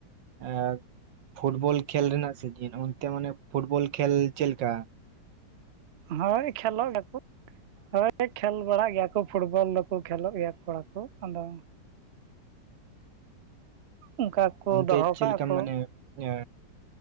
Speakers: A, on the right; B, on the right.
A: ᱮ ᱯᱷᱩᱴᱵᱚᱞ ᱠᱷᱮᱞ ᱨᱮᱱᱟᱜ ᱥᱤᱡᱤᱱ ᱚᱱᱛᱮ ᱢᱟᱱᱮ ᱯᱷᱩᱴᱵᱚᱞ ᱠᱷᱮᱞ ᱪᱮᱫᱠᱟ
B: ᱦᱳᱭ ᱠᱷᱮᱞᱚᱜ ᱵᱮᱠᱚ ᱦᱳᱭ ᱠᱷᱮᱞ ᱵᱟᱲᱟᱜ ᱜᱮᱭᱟ ᱠᱚ ᱯᱷᱩᱴᱵᱚᱞ ᱫᱚᱠᱚ ᱠᱷᱮᱞᱚᱜ ᱜᱮᱭᱟ ᱠᱚᱲᱟ ᱠᱚ ᱟᱫᱚ ᱚᱱᱠᱟ ᱠᱚ
A: ᱚᱱᱛᱮ
B: ᱫᱚᱦᱚ
A: ᱪᱮᱫᱮ
B: ᱠᱟᱜᱼᱟ
A: ᱞᱮᱠᱟ
B: ᱠᱚ
A: ᱢᱟᱱᱮ ᱮ